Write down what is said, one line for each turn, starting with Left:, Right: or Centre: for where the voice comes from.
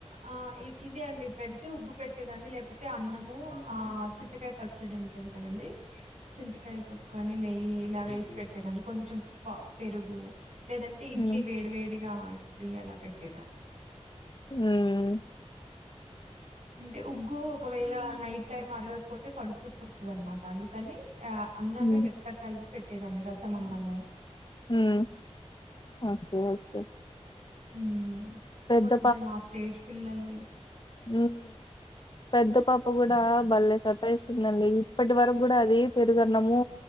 Right: ఆ ఇ ఇదే అండి పెడితే ఉగ్గు పెట్టేదాన్ని లేకపోతే అన్నము ఆ చింతకాయ పచ్చడి ఉంటది కదండి చింతకాయ తొక్కు అని నెయ్యి ఇలా వేసి పెట్టేదాన్ని కొంచెం పెరుగు లేదంటే ఇడ్లీ
Left: హ్మ్
Right: వేడి వేడిగా ఇడ్లీ అలా పెట్టేదాన్ని
Left: మ్మ్
Right: అంటే ఉగ్గూ ఒకవేళ నైట్ టైమ్ అరగకపోతే కడుపునొప్పి వస్తుంది అనమాట అందుకని ఆ అన్నమే
Left: హ్మ్
Right: మెత్త గా కలిపి పెట్ ట్టే దాన్ని రసమన్నము
Left: మ్మ్ ఓకే ఓకే
Right: మ్మ్
Left: పెద్ద
Right: కొంచెం ఆ స్టేజ్ పిల్లల్ని
Left: మ్మ్ పెద్ద పాప కూడా భల్లేె సతాయిస్తుందండి ఇప్పటి వరకు కూడా అది పెరుగన్నము